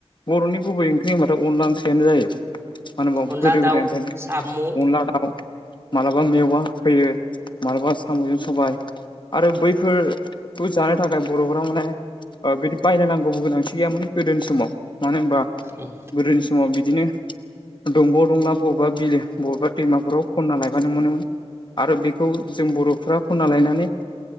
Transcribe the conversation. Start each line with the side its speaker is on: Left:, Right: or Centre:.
Left: बर'नि गुबै ओंख्रि होनबथा अनला ओंख्रियानो जायो। मा होमबा
Right: अनला
Left: गोदो
Right: दाउ
Left: गोदाय ओफ्रायनो
Right: साम' उम
Left: अनला दाउ माबलाबा मेवा होयो माबलाबा साम'जों सबाय। आरो बैफोरखौ जानो थाखाय बर'फ्रा माने बिदि बायलायनांगौबो गोनांथि गैयामोन गोदोनि समाव मानो होनबा
Right: अ
Left: गोदोनि समाव बिदिनो दंग'दंला बबेबा बिलो बबेबा दैमाफोराव खनना लाय बानो मोनोमोन। आरो बेखौ जों बर'फ्रा खना लायनानै